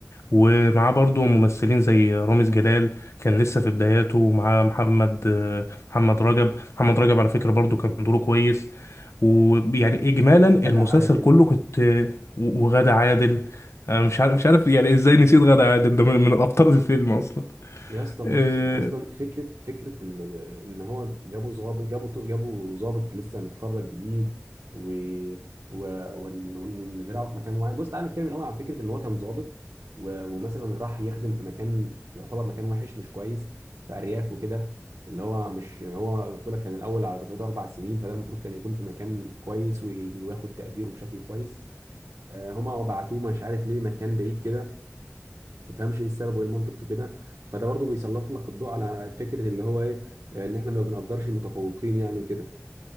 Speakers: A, on the left; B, on the right.
A: ومعاه برضو ممثلين زي رامز جلال كان لسه في بداياته ومعاه محمد آه، محمد رجب محمد رجب على فكرة برضو كان دوره كويس ويعني إجمالا
B: غادة
A: المسلسل
B: عادل
A: كله كنت آه، وغادة عادل أنا مش عارف مش عارف يعني إزاي نسيت غادة عادل ده من من الأبطال الفيلم أصلا
B: يا اسطى
A: آه،
B: بص اصلا فكره فكره ان ان هو جابوا ظابط جابوا جابوا ظابط لسه متخرج جديد و و ون- ونزرعه في مكان معين بص تعالى نتكلم الاول عن فكره ان هو كان ظابط و- ومثلا راح يخدم في مكان يعتبر مكان وحش مش كويس في ارياف وكده اللي هو مش هو بيقول لك كان الاول على دفعته اربع سنين فده المفروض كان يكون في مكان كويس وي- وياخد تقديره بشكل كويس آه، هما بعتوه مش عارف ليه مكان بعيد كده تفهمش ايه السبب وايه المنطق في كده فده برضو بيسلط لك الضوء على فكره اللي هو ايه آه، ان احنا ما بنقدرش المتفوقين يعني وكده